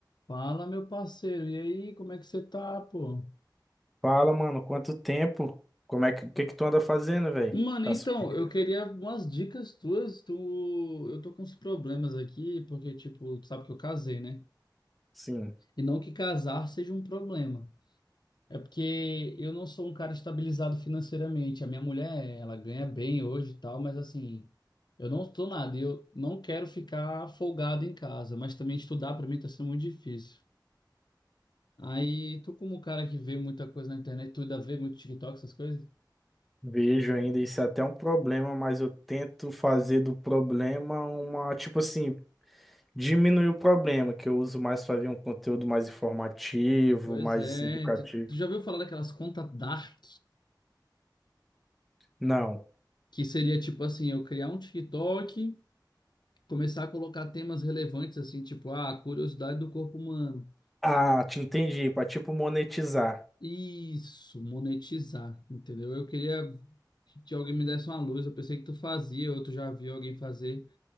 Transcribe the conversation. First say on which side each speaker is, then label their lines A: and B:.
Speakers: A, on the left (about 70°); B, in the centre.
A: Fala, meu parceiro, e aí, como é que você tá, pô?
B: Fala, mano, quanto tempo? Como é que, o que que tu anda fazendo, velho?
A: Mano,
B: Tá
A: então,
B: sumido?
A: eu queria umas dicas tuas, tu... eu tô com uns problemas aqui, porque, tipo, tu sabe que eu casei, né?
B: Sim,
A: E não que casar seja um problema, é porque eu não sou um cara estabilizado financeiramente, a minha mulher, ela ganha bem hoje e tal, mas assim, eu não tô nada, e eu não quero ficar folgado em casa, mas também estudar pra mim tá sendo muito difícil. Aí, tu como cara que vê muita coisa na internet, tu ainda vê muito TikTok, essas coisas?
B: vejo ainda isso é até um problema, mas eu tento fazer do problema uma, tipo assim, diminuir o problema, que eu uso mais pra ver um conteúdo mais informativo,
A: Pois
B: mais
A: é,
B: educativo.
A: tu, tu já ouviu falar daquelas contas dark?
B: Não.
A: Que seria tipo assim, eu criar um TikTok, começar a colocar temas relevantes assim, tipo, ah, curiosidade do corpo humano.
B: Ah, te entendi, pra tipo monetizar.
A: Isso, monetizar, entendeu? Eu queria que alguém me desse uma luz, eu pensei que tu fazia, ou tu já viu alguém fazer,